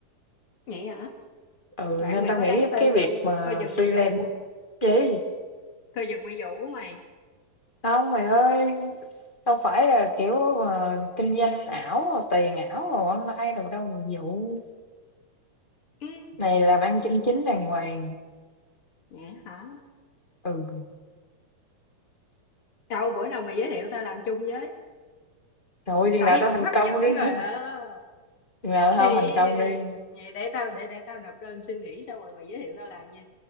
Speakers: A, on the left (about 45°); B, on the left (about 20°).
A: vậy hả
B: Ừ
A: bạn
B: nên
A: mày
B: tao
A: có
B: nghĩ
A: đáng tin
B: cái việc
A: không
B: mà
A: coi chừng
B: freelance
A: bị dụ
B: gì
A: coi chừng bị dụ mày
B: không mày ơi đâu phải là kiểu mà kinh doanh ảo tiền ảo rồi online đồ đâu mà vụ
A: ừ,
B: này làm ăn chân chính đàng hoàng
A: vậy hả
B: Ừ,
A: Đâu bữa nào mà giới thiệu tao làm chung với.
B: thôi chừng
A: Tao
B: nào
A: thấy
B: tao
A: cũng
B: thành
A: hấp
B: công
A: dẫn
B: đi
A: rồi
B: chừng
A: á.
B: nào tao
A: Ý,
B: thành công đi
A: vậy để tao để để tao nộp đơn xin nghỉ xong rồi mày giới thiệu tao làm nha.